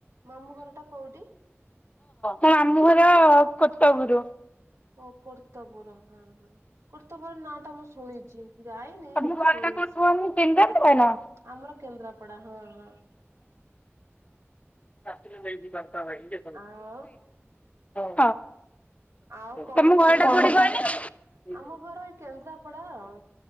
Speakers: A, on the right (about 85°); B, on the left (about 30°).
A: ମାମୁଁ ଘର ଟା କୋଉଠି?
B: ମୋ ମାମୁଁ ଘର କତପୁରୁ।
A: ଓ କର୍ତ୍ତପୁର ହଁ ହଁ କର୍ତ୍ତପୁର ନାଁ ଟା ମୁଁ ଶୁଣିଛି। ଯାଇନି?
B: ତୋମ ଘର
A: ଶୁଣିଛି।
B: ଟା କୋଉଟି କୁହନି କେନ୍ଦ୍ରାପଡ଼ା ନା?
A: ଆମର କେନ୍ଦ୍ରାପଡା ହଁ, ହଁ।
B: ଆଜ୍ଞା
A: ଆଉ
B: ହଁ।
A: ଆଉ କଣ
B: ତୋମ ଘର
A: କହୁଛନ୍ତି?
B: ଟା କୋଉଠି କହିଲେ?
A: ଆମ ଘର ଏଇ କେନ୍ଦ୍ରାପଡା ଆଉ।